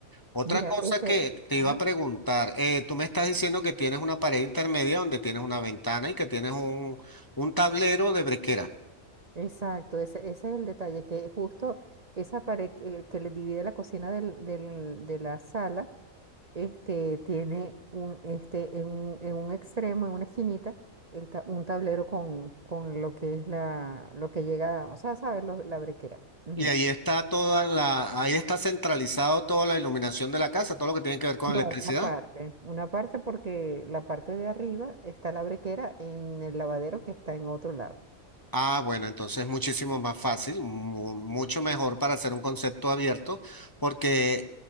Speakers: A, on the left; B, on the right.
A: Otra
B: Mira,
A: cosa
B: este,
A: que te
B: ajá.
A: iba a preguntar, eh, tú me estás diciendo que tienes una pared intermedia donde tienes una ventana y que tienes un, un tablero de brequera.
B: Exacto, ese, ese es el detalle, que justo esa pared que, que le divide la cocina del- del- de la sala, este, tiene un, este, en un, en un extremo, en una esquinita, el ta- un tablero con, con lo que es la, lo que llega, o sea, ¿sabes? Lo- la brequera. Ujú.
A: Y ahí está toda la, ahí está centralizado toda la iluminación de la casa, todo lo que tiene que ver con
B: No,
A: electricidad.
B: una parte, una parte porque la parte de arriba está la brequera en el lavadero que está en otro lado.
A: Ah, bueno, entonces muchísimo más fácil, mu- mucho mejor para hacer un concepto abierto, porque